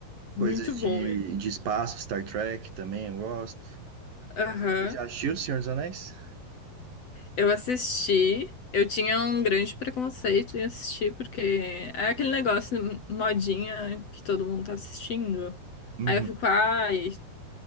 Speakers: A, on the left (about 45°); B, on the right (about 60°).
A: muito
B: coisas
A: bom.
B: de, de espaço, Star Trek também eu gosto.
A: Aham.
B: Você já assistiu O Senhor dos Anéis?
A: Eu assisti, eu tinha um grande preconceito em assistir, porque é aquele negócio modinha que todo mundo tá assistindo.
B: Uhum.
A: Aí eu fico, ai,